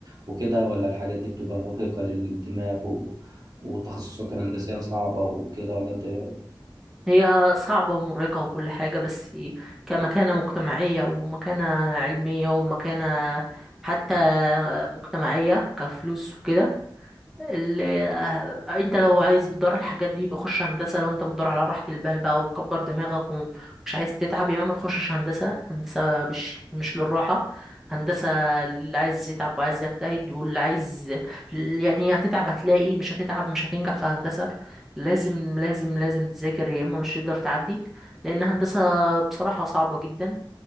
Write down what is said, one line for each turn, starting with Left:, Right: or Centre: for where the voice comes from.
Right: وكده ولا الحاجات دي بتبقى مرهقه للدماغ و- والتخصصات الهندسيه صعبه وكده ولا انت ايه رأيك؟
Centre: هي صعبة ومرهقة وكل حاجة بس كمكانة مجتمعية ومكانة علمية ومكانة حتى مجتمعية كفلوس وكده اللي آه، انت لو عايز بتدور على الحاجات دي يبقى خش هندسه لو انت بتدور على راحه البال بقى وكبر دماغك ومش عايز تتعب يبقى ما تخشش هندسه هندسه مش مش للراحه هندسه اللي عايز يتعب وعايز يجتهد واللي عايز يعني هتتعب هتلاقي مش هتتعب مش هتنجح في هندسه لازم لازم لازم تذاكر يا اما مش هتقدر تعدي لان هندسه بصراحه صعبه جدا